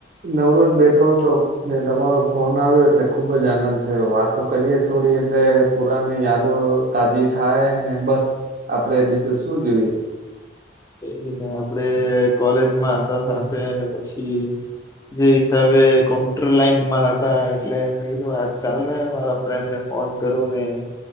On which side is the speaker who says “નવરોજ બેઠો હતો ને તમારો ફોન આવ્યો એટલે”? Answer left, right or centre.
Right